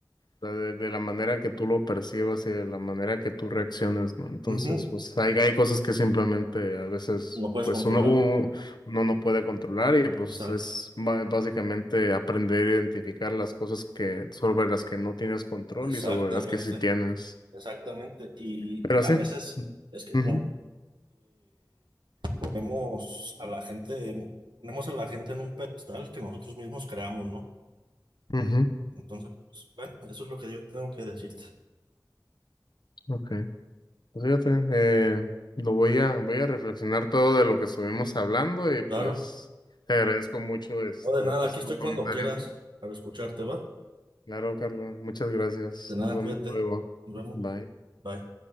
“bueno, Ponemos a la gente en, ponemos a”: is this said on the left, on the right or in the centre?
Right